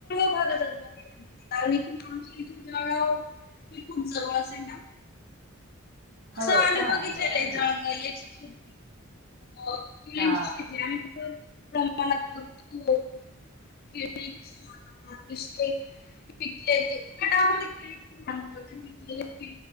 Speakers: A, on the left; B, on the right.
A: भागतला कार आ तुम गा हे खूप जवळ अस आहे ना
B: हो
A: तसं आम्ही
B: का
A: बघितलेलंय
B: बर
A: जाळगा याची खिडी किळ्यांची
B: हा
A: शती आला त ि क क पिकले टामा ां प